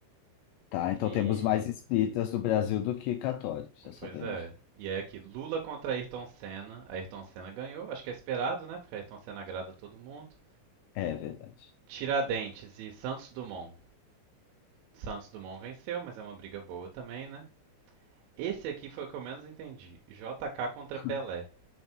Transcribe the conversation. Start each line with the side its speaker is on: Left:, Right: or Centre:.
Left: tá,
Right: E
Left: então temos mais espíritas no Brasil do que católicos, já sabemos.
Right: Pois é. E é aqui, Lula contra Ayrton Senna. Ayrton Senna ganhou, acho que é esperado, né? Porque Ayrton Senna agrada todo mundo.
Left: É verdade.
Right: Tiradentes e Santos Dumont. Santos Dumont venceu, mas é uma briga boa também, né? Esse aqui foi o que eu menos entendi. JK contra
Left: <laughs>
Right: Pelé.